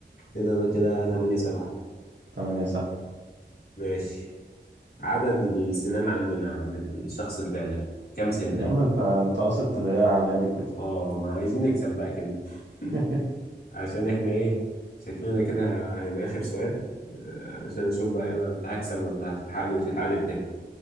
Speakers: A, on the left (about 60°); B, on the right (about 90°).
A: كده انا كده 8 7
B: 8 7
A: ماشي عدد السنان عندنا عند الشخص البالغ كام سنة
B: يا عم انت انت قاصد تضايقها عليا ليه كده
A: اه ما عايزين نكسب بقى كده <laughs>
B: <laughs>
A: عشان احنا ايه شكلنا كده هيبقى اخر سؤال آه، عشان اشوف بقى انا اللي هكسب ولا هتلحقني وتتعادل تاني